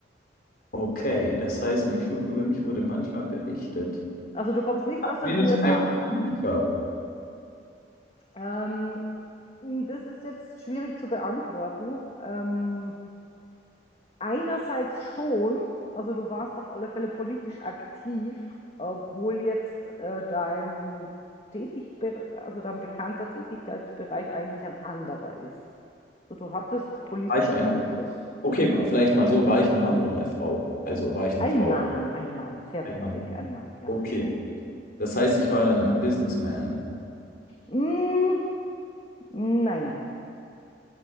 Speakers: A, on the left; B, on the left.
A: Okay, das heißt, mich, über mich wurde manchmal berichtet.
B: Also du kommst nicht aus den
A: Bin
B: USA.
A: ich ein Politiker?
B: Ähm, das ist jetzt schwierig zu beantworten. Ähm, einerseits schon, also du warst auf alle Fälle politisch aktiv, obwohl jetzt äh, dein Tätig also dein bekannter Tätigkeitsbereich eigentlich ein anderer ist. So, du hattest politischen
A: War ich ein...
B: Einfluss.
A: Okay, wa- vielleicht mal so, war ich ein Mann oder eine Frau? Also war ich eine
B: Ein
A: Frau?
B: Mann, ein Mann, sehr
A: Ein
B: wichtig,
A: Mann.
B: ein Mann, ja.
A: Okay. Das heißt, ich war dann ein Businessman.
B: Mm, nein,